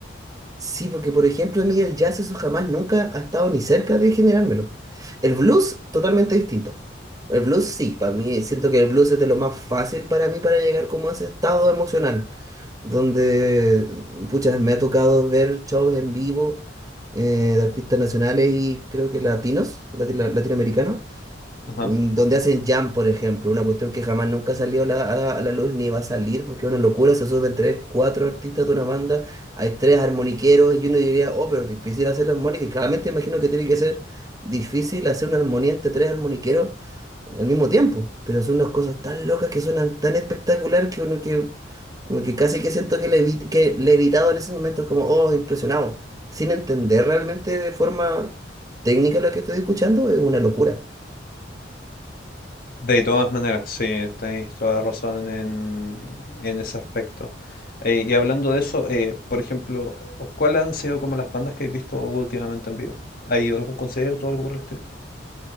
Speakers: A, on the right (about 20°); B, on the left (about 50°).
A: Sí, porque por ejemplo a mí el jazz eso jamás nunca ha estado ni cerca de generármelo. El blues, totalmente distinto. El blues sí, para mí siento que el blues es de lo más fácil para mí para llegar como a ese estado emocional. donde, pucha, me ha tocado ver shows en vivo eh, de artistas nacionales y creo que latinos, lati- la- latinoamericanos, mm,
B: Ajá.
A: donde hacen jam, por ejemplo, una cuestión que jamás nunca salió a la, a- a la luz ni va a salir, porque es una locura, se suben tres, cuatro artistas de una banda, hay tres armoniqueros y uno diría, oh, pero es difícil hacer la armónica, y claramente imagino que tiene que ser difícil hacer una armonía entre tres armoniqueros al mismo tiempo, pero son unas cosas tan locas que suenan tan espectacular que uno que como que casi que siento que, le levi- que le he evitado en esos momentos, como, oh, impresionado, sin entender realmente de forma técnica lo que estoy escuchando, es una locura.
B: De todas maneras, sí, tenéis toda la razón en, en ese aspecto. Eh, y hablando de eso, eh, por ejemplo, ¿cuáles han sido como las bandas que habéis visto últimamente en vivo? ¿Ha ido a algún concierto o algo por el estilo?